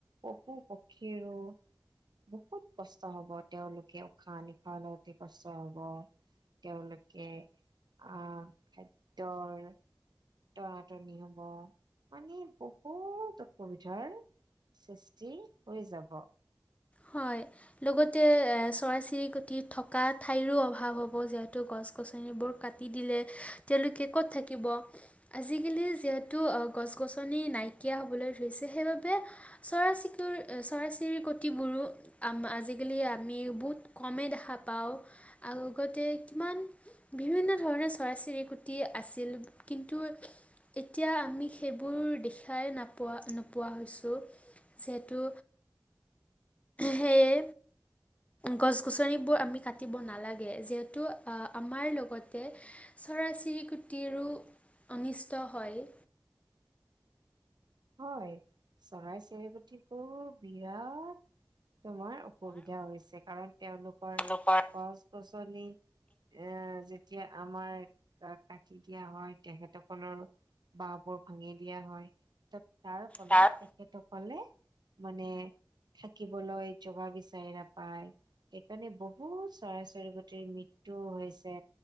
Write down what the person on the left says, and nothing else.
হয় লগতে এ চৰাই চিৰিকতি থকা ঠাইৰো অভাৱ হব যিহেতু গছ গছনিবোৰ কাটি দিলে তেওঁলোকে ক'ত থাকিব আজিকালি যিহেতু গছ গছনি নাইকিয়া হবলৈ ধৰিছে সেইবাবে চৰাই চিৰি কুটিবোৰো আজিকালি আমি বহুত কমেই দেখা পাওঁগতে কিমান বিভিন্ন ধৰণৰ চৰাই চিৰিকটি আছিল কিন্তু এতিয়া আমি সেইবোৰ দেখাই নাপোৱা নোপোৱা হৈছো যিহেতু সেয়ে গছ গছনিবোৰ আমি কাটিব নালাগে যিহেতু আমাৰ লগতে চৰাই চিৰিকটিৰো অনিষ্ট হয়
নোপোৱাৰ
তাৰ